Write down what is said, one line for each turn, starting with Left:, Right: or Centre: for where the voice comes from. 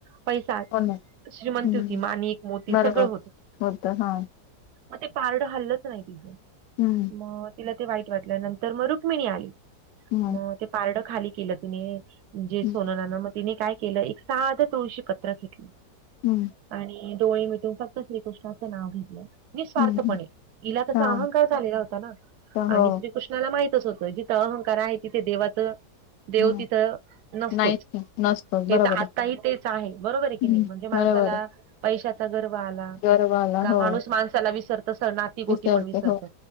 Right: पैसा
Left: हो ना
Right: श्रीमंती
Left: हं
Right: होती माणिक मोती
Left: बरोबर
Right: सगळं होत.
Left: होतं हां
Right: मग ते पारड हल्लंच नाही तिचं.
Left: हम्म
Right: मग तिला ते वाईट वाटलं नंतर मग रुक्मिणी आली.
Left: हं
Right: मग ते पारड खाली केलं तिने जे
Left: हं
Right: सोननान म तिने काय केलं एक साधं तुळशी पत्र घेतलं.
Left: हं.
Right: आणि डोळे मिटून फक्त श्रीकृष्णाचं नाव घेतलं. निःस्वार्थपणे
Left: हं
Right: हिला कसा
Left: हा
Right: अहंकार झालेला होता ना
Left: तर हो
Right: आणि श्रीकृष्णाला माहितच होतं. तर अहंकार आहे तिथे देवाचं देव
Left: हम्म
Right: तिथं नसतोच
Left: नाहीच की नसतो
Right: हे
Left: बरोबर
Right: तर
Left: आहे.
Right: आताही तेच आहे बरोबर आहे. की
Left: हम्म.
Right: नाही म्हणजे
Left: बरोबर
Right: माणसाला
Left: आहे
Right: पैशाचा गर्व आला.
Left: गर्व आला
Right: का
Left: हो
Right: माणूस माणसाला विसरत तस नाती
Left: विसरते
Right: गोती पण विसरत.
Left: हो